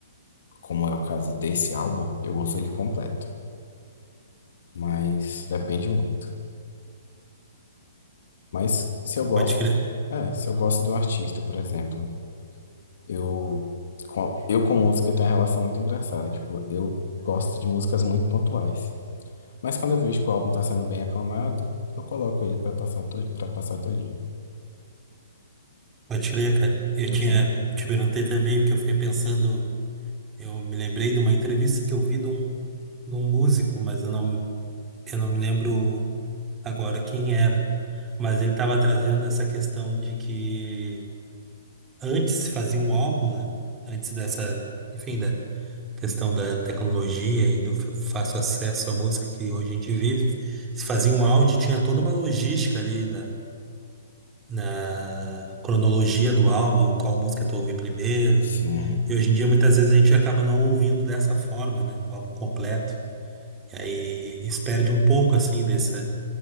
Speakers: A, on the left (about 55°); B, on the right (about 15°).
A: como é o caso desse álbum, eu ouço ele completo. Mas depende muito. Mas se eu gosto,
B: Pode crer,
A: é, se eu gosto de um artista, por exemplo, eu com, eu com música tenho uma relação muito engraçada, tipo, eu gosto de músicas muito pontuais. Mas quando eu vejo que o álbum tá sendo bem aclamado, eu coloco ele pra passar todo, para passar todinho.
B: pode crer, cara. Eu
A: Que
B: tinha,
A: eu sou-
B: te perguntei também porque eu fiquei pensando, eu me lembrei de uma entrevista que eu vi de um, de um músico, mas eu não eu não me lembro agora quem era, mas ele estava trazendo essa questão de que antes se fazia um álbum, né? Antes dessa, enfim, da questão da tecnologia e do fa- fácil acesso à música que hoje a gente vive, se fazia um áudio, tinha toda uma logística ali da, na cronologia do álbum, qual música tu ouvir primeiro.
A: sim,
B: E hoje em dia, muitas vezes, a gente acaba não ouvindo dessa forma, né? Um álbum completo. E aí, isso perde um pouco, assim, desse,